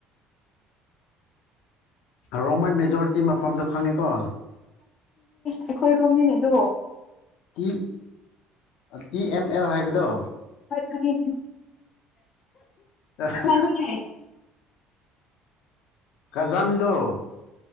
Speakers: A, on the left; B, on the left.
A: ꯔꯣꯡꯃꯩ ꯃꯦꯖꯣꯔꯤꯇꯤ ꯃꯐꯝꯗꯣ ꯈꯪꯉꯤꯀꯣ
B: ꯑꯩꯈꯣꯏ ꯔꯣꯝꯒꯤꯅꯦ ꯑꯗꯨ
A: ꯇꯤ ꯇꯤ ꯑꯦꯝ ꯑꯦꯜ ꯍꯥꯏꯕꯗꯣ
B: ꯈꯪꯉꯦ
A: ꯑ <inaudible>
B: ꯈꯪꯉꯦ
A: ꯖꯟꯗꯨꯣ